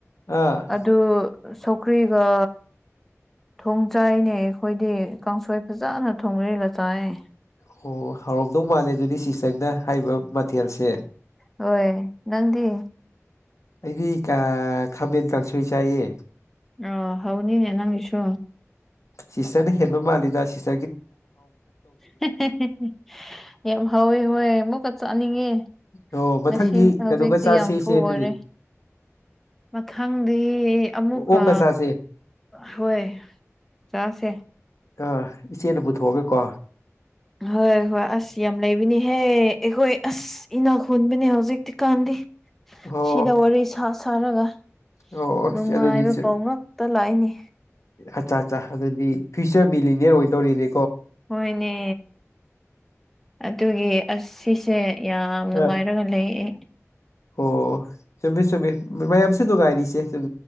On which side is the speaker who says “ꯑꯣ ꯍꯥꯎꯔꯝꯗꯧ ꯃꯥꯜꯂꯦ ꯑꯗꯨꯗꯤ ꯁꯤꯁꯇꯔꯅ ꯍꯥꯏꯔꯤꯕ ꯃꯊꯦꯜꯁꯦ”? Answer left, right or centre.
Left